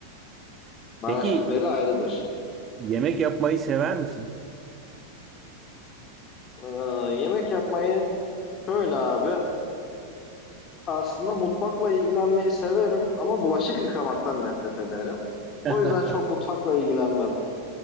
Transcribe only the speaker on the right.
Peki
yemek yapmayı sever misin?
<laughs>